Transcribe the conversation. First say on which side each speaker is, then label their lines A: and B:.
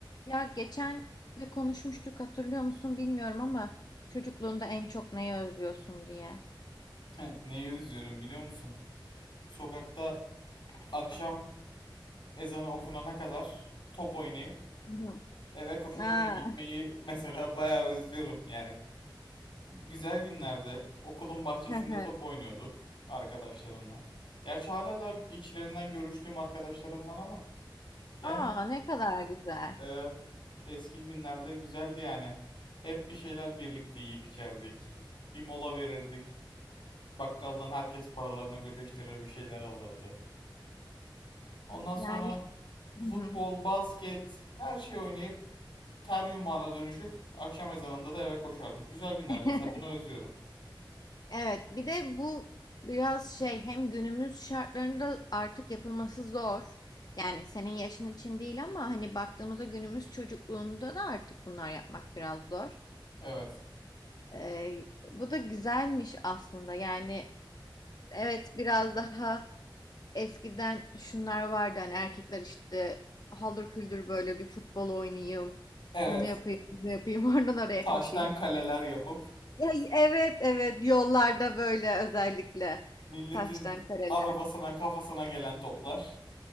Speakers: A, on the left (about 50°); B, on the left (about 70°).
A: Ya geçen de konuşmuştuk hatırlıyor musun bilmiyorum ama çocukluğunda en çok neyi özlüyorsun diye.
B: <laughs> Neyi üzüyorum biliyor musun? Sokakta akşam ezanı okunana kadar top oynayıp
A: Hı hı.
B: eve koşa
A: Aa,
B: koşa gitmeyi <laughs> mesela bayağı özlüyorum yani. Güzel günlerde okulun bahçesinde
A: <laughs>
B: top oynuyorduk arkadaşlarımla. Gerçi hala da içlerinden görüştüğüm arkadaşlarım var ama yani
A: Aa ne kadar güzel.
B: evet, eski günlerde güzeldi yani. Hep bir şeyler birlikte yiyip içerdik. Bir mola verirdik. Bakkaldan herkes paralarını birleştirir bir şeyler alırdı. Ondan sonra
A: Yani Hı
B: futbol,
A: hı.
B: basket her şey oynayıp ter yumağına dönüşüp akşam ezanında da eve koşardık. Güzel günlerde
A: <laughs>
B: mesela bunu özlüyorum.
A: evet bir de bu biraz şey hem günümüz şartlarında artık yapılması zor. Yani senin yaşın için değil ama hani baktığımızda günümüz çocukluğunda da artık bunlar yapmak biraz zor.
B: Evet.
A: Ee, bu da güzelmiş aslında. Yani evet biraz daha Eskiden şunlar vardı hani erkekler işte haldır küldür böyle bir futbol oynayayım.
B: Evet.
A: Onu yapayım, bunu yapayım, <laughs> oradan oraya
B: Taştan
A: koşayım.
B: kaleler yapıp
A: Ya, evet evet yollarda böyle özellikle
B: milletin
A: taştan kareler.
B: arabasına kafasına gelen toplar.